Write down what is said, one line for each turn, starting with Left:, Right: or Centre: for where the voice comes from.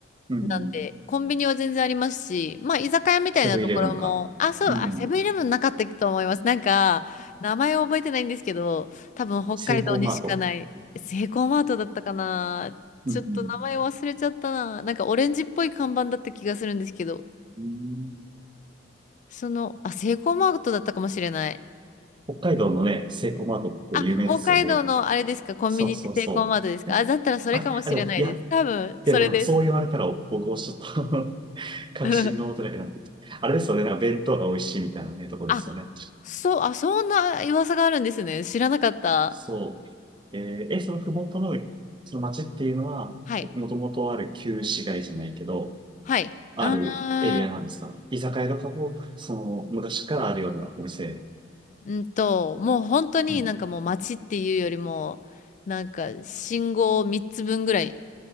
Right: うん。
Left: なんで、コンビニは全然ありますし、まあ、居酒屋みたいなところも、
Right: セブンイレブンとか。
Left: あ、そう、
Right: うん。
Left: あ、セブンイレブンなかったと思います。なんか、名前を覚えてないんですけど、多分北海道にしかない、
Right: セイコーマート。
Left: セイコーマートだったかな。
Right: うん。
Left: ちょっと名前忘れちゃったな。なんかオレンジっぽい看板だった気がするんですけど、
Right: うん
Left: その、あ、セイコーマートだったかもしれない。
Right: 北海道のね、セイコーマートって有名ですよね。
Left: あ、北海道のあれですか、コンビニってセイコーマートですか。
Right: そうそうそう。え、
Left: あ、だったらそれかもしれないです。
Right: あ、あの、いや、
Left: 多分、それです。
Right: いや、でもそう言われたら僕もちょっと <laughs> 確信が持てなくなってきた。
Left: <laughs>
Right: あれですよね、なんか弁当が美味しいみたいなね、とこですよね。
Left: あ、そう、あ、そんな噂があるんですね。知らなかった。
Right: そう。えーえ、そのふもとの、その町っていうのは、
Left: はい。
Right: もともとある旧市街じゃないけど、
Left: はい。
Right: あるエリアなんですか居酒屋とかも、
Left: うーん、
Right: その、昔からあるようなお店。
Left: うんと、もう本当になんかもう街っていうよりも、
Right: うん。
Left: なんか信号3つ分ぐらい